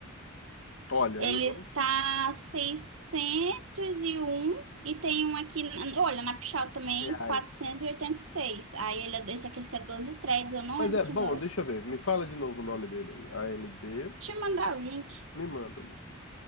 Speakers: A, on the left (about 70°); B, on the right (about 70°).
A: olha,
B: Ele
A: eu não.
B: tá seiscentos e um e tem um aqui, na- olha, na Pichau também,
A: Reais.
B: quatrocentos e e oitenta e seis. Aí ele é esse aqui que é 12 threads, eu não
A: Mas
B: lembro
A: é
B: se
A: bom,
B: o meu...
A: deixa eu ver. Me fala de novo o nome dele aí. AMD,
B: Deixa eu mandar o link.
A: me manda ali.